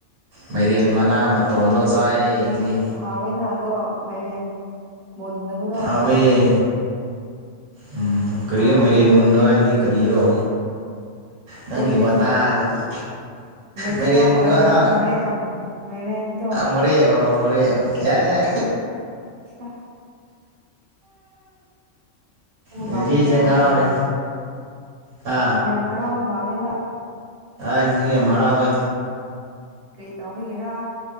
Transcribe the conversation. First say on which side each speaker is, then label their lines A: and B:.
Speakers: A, on the right; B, on the right.
A: ꯃꯩꯔꯦꯟ ꯃꯅꯥ ꯃꯇꯣꯟꯗꯣ ꯆꯥꯏ ꯌꯦꯡꯁꯤ
B: ꯍꯋꯦꯅ ꯑꯗꯣ ꯃꯥꯏꯔꯦꯟ ꯃꯗꯕꯨ
A: ꯑꯕꯦ ꯎꯝ ꯀꯣ
B: ꯍꯥꯎꯕꯅꯦ
A: ꯃꯔꯤ
B: ꯑꯗꯣ
A: ꯃꯟꯅꯣꯗꯤ ꯀꯔꯤꯔꯣ ꯅꯪꯒꯤ
B: ꯃꯦꯔꯦꯟ
A: ꯋꯥꯇꯥꯁꯤꯒꯤ
B: ꯃꯦꯆꯤꯌꯣꯔ
A: ꯃꯔꯦꯝ ꯃꯨꯅꯍ
B: ꯑꯣꯏꯗꯕ ꯃꯣꯔꯦ ꯃꯥꯏꯔꯦꯟꯗꯣ
A: ꯃꯣꯔꯦ ꯑꯣ ꯃꯣꯔꯦ ꯌꯥꯏ ꯌꯥꯏ
B: <unintelligible> ꯕ
A: ꯉꯁꯤꯖꯦ
B: ꯃꯥꯜꯂꯦꯀꯣ
A: ꯉꯥꯎꯔꯦ
B: ꯌꯥꯝꯅ
A: ꯍꯥ
B: ꯌꯥꯝ ꯍꯔꯥꯎꯕ ꯃꯥꯜꯂꯦꯕ
A: <unintelligible> ꯌꯥꯝ ꯍꯔꯥꯎꯋꯦ
B: ꯀ꯭ꯔꯦ ꯇꯧ ꯑꯣꯏꯒꯦꯔꯥ